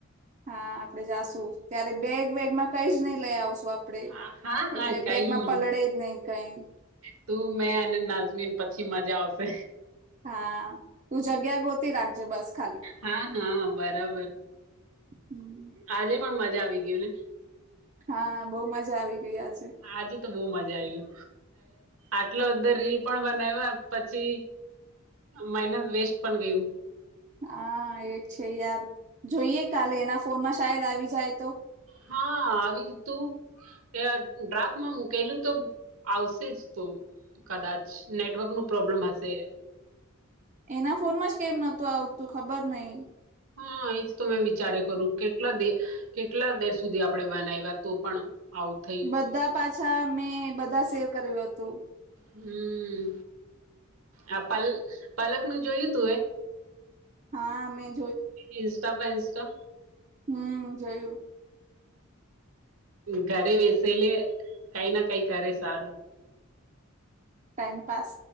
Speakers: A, on the right (about 35°); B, on the right (about 80°).
A: હા આપડે જાશું, ત્યારે બેગ બેગ માં કઈ જ નઈ લઈ આવશું આપ આપડે
B: હા હા
A: એટલે
B: કઈ
A: બેગમાં
B: નહી
A: પલળે જ નહી કઈ.
B: તું મેં અને નાઝમીન પછી મજા આવશે.
A: હા તું જગ્યા ગોતી રાખજે બસ. ખાલી
B: હા હા બરાબર
A: હમ
B: આજે પણ મજા આવી ગયું ને?
A: હા બહુ મજા આવી ગય આજે.
B: આજે તો બહુ મજા આવી. આટલા બધા રીલ પણ બનાવ્યા પછી મહેનત વેસ્ટ પણ ગયું.
A: હા એ છે યાર જોઈએ કાલે એના ફોનમાં શાયદ આવી જાય તો?
B: હા આવી તો યાર ડ્રાફ્ટ મા મુકેલૂ તો આવશે જ તો. કદાચ નેટવર્ક નું પ્રોબ્લેમ હશે?
A: એના ફોન માં જ કેમ નોતું આવતું ખબર નહિ?
B: હા એજ તો મેં વિચારે કરું કેટલા દે કેટલા દેર સુધી આપણે બનાવ્યા તો પણ આવું થયું
A: બધા પાછા મેં બધા સેવ કર્યું હતું.
B: હમ આ પલ પલક નું જોયું તું એ?
A: હા મે
B: ઇન્સ્ટા <unintelligible>
A: હમ જોયું
B: ઘરે બેસેલી કઈ ના કઈ કરે સારું.
A: ટાઇમપાસ